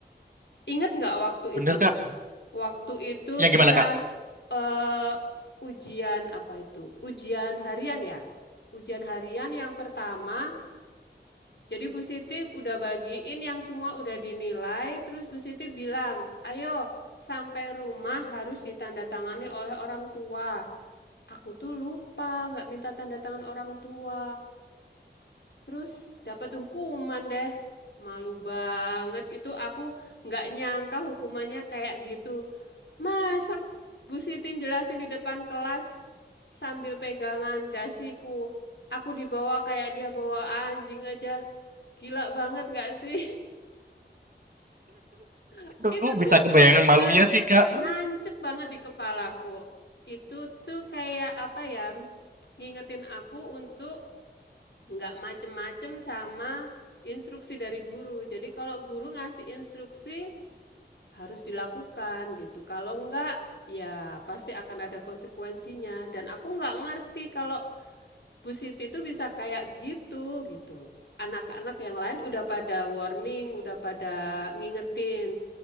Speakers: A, on the left; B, on the right.
A: Ingat nggak waktu
B: Bener
A: itu?
B: Kak.
A: Waktu itu
B: Yang
A: kita
B: gimana Kak?
A: eh, ujian apa itu? Ujian harian ya. Ujian harian yang pertama, jadi Bu Siti udah bagiin yang semua udah dinilai, terus Bu Siti bilang, ayo sampai rumah harus ditandatangani oleh orang tua. Aku tuh lupa nggak minta tanda tangan orang tua. Terus dapat hukuman deh. Malu banget itu aku nggak nyangka hukumannya kayak gitu. Masa Bu Siti jelasin di depan kelas sambil pegangan dasiku. Aku dibawa kayak dia bawa anjing aja. Gila banget nggak sih? <laughs>
B: Tuh,
A: Itu
B: bisa
A: tuh
B: kebayangan
A: bener-bener
B: malunya sih Kak.
A: nancep banget di kepalaku. Itu tuh kayak apa ya? Ngingetin aku untuk nggak macem-macem sama instruksi dari guru. Jadi kalau guru ngasih instruksi harus dilakukan gitu. Kalau nggak ya pasti akan ada konsekuensinya. Dan aku nggak ngerti kalau Bu Siti itu bisa kayak gitu gitu. Anak-anak yang lain udah pada warning, udah pada ngingetin.